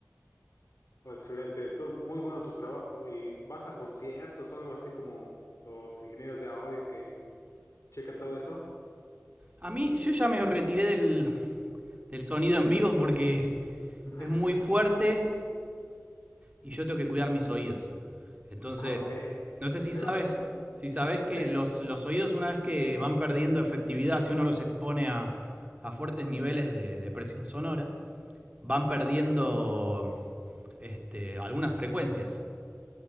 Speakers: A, on the left; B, on the right.
A: Excelente, todo muy bueno tu trabajo. ¿Y vas a conciertos o algo así como los ingenieros de audio que checan todo eso?
B: A mí yo ya me retiré del, del sonido en vivo porque
A: <laughs>
B: es muy fuerte y yo tengo que cuidar mis oídos. Entonces,
A: Ah, ok.
B: no sé si
A: Pero
B: sabes,
A: sí,
B: si sabes que
A: sí,
B: los, los oídos una vez que van perdiendo efectividad, si uno los expone a, a fuertes niveles de, de presión sonora, van perdiendo este, algunas frecuencias.